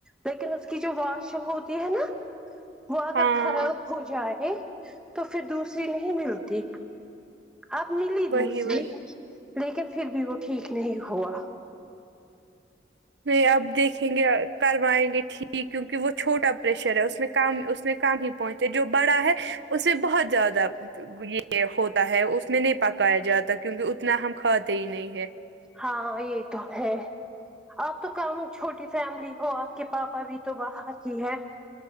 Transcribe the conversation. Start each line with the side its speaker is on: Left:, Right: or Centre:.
Centre: لیکن اس کی جو واش ہوتی ہے نا وہ اگر
Right: ہاں
Centre: خراب ہو جائے تو پھر دوسری نہیں ملتی اب ملی
Right: وہی
Centre: دوسری
Right: وہی
Centre: لیکن پھر بھی وہ ٹھیک نہیں ہوا
Right: نہیں آب دیکھیں گے کروائیں گے ٹھیک کیونکہ وہ چھوٹا پریشر ہے اس میں کم اس میں کم ہی پہنچتا جو بڑا ہے اسے بہت زیادہ یہ ہوتا ہے اس میں نہیں پکایا جاتا کیونکہ اتنا ہم کھاتے ہی نہیں ہے
Centre: ہاں یہ تو ہے آپ تو کم چھوٹی فیملی ہو آپ کے پاپا بھی تو باہر ہی ہے